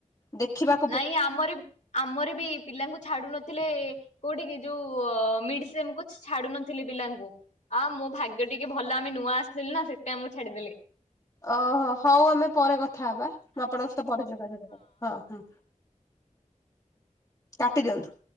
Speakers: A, on the left (about 30°); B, on the left (about 65°).
A: ଦେଖିବା
B: ନାଇଁ ଆମର ଆମର ବି ପିଲାଙ୍କୁ ଛାଡୁ ନଥିଲେ କୋଉଠି କି ଯୋଉ ମିଡିସିମ କୁ ଛାଡୁନଥିଲେ ପିଲାଙ୍କୁ। ଆ ମୋ ଭାଗ୍ୟ ଟିକେ ଭଲ ଆମେ ନୂଆ ଆସିଥିଲି ନା ସେଥିପାଇଁ ଆମୁକୁ ଛାଡିଦେଲେ।
A: ଓହୋ ହଉ ଆମେ ପରେ କଥା ହବା ମୁଁ ଆପଣଙ୍କ ସହିତ ପରେ ଯୋଗାଯୋଗ ହଁ ହଁ। କାଟି ଦିଅନ୍ତୁ।